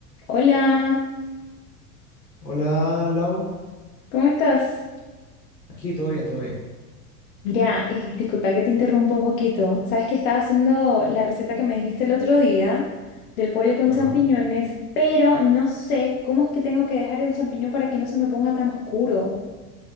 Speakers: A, on the left; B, on the left.
A: Hola,
B: Hola, Lau.
A: ¿cómo estás?
B: Aquí todo bien, todo bien.
A: Mira, eh, disculpa que te interrumpa un poquito. Sabes que estaba haciendo la receta que me dijiste el otro día del pollo con
B: Ajá.
A: champiñones, pero no sé cómo es que tengo que dejar el champiñón para que no se me ponga tan oscuro.